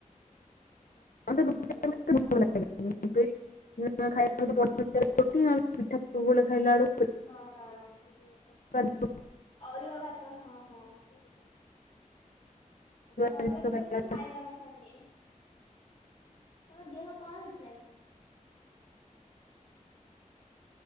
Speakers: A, on the left; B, on the left.
A: ମତେ ରୁଟି
B: ହୁଁ।
A: ଭଲ ଲାଗେନି ଏବେ <unintelligible> ପିଠା ସବୁବେଳେ ଖାଇଲା ବେଳ କୁ
B: ହଁ।
A: ଅଳସୁଆ
B: ଅରୁଆ ଭାତ ହଁ ହଁ। ଅରୁଆ
A: ଜିନିଷ
B: ବି
A: ଖାଇଲା
B: ବେଶୀ ଖାଇବା କଥା ନୁହେଁ। ତମ ଦିହ କଣ ହେଇଥିଲା କି?